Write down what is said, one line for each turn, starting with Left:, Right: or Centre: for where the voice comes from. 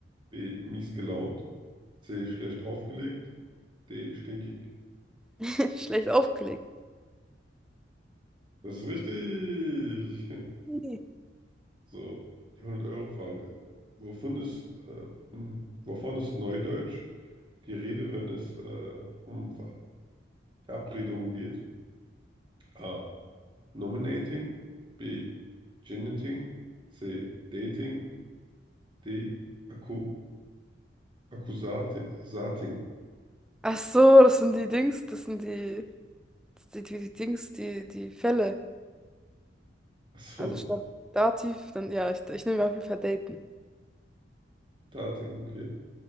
Right: B. mies gelaunt, C. schlecht aufgelegt, D. stinkig?
Centre: <laughs> Schlecht aufgelegt.
Right: Das ist richtig! <laughs>
Centre: Mhm.
Right: So, die 100-Euro-Frage. Wovon ist, äh, hm, wovon ist Neudeutsch? die Rede, wenn es äh, um Ver Verabredungen geht? A. Nominating. B. Geniting. C. Dating. D. Akku Akkusating.
Centre: Ach so, das sind die Dings, das sind die, das sind die, die Dings, die, die Fälle.
Right: Achso,
Centre: Also statt Dativ, dann ja, ich, ich nehme auf jeden Fall Daten.
Right: Dating, okay.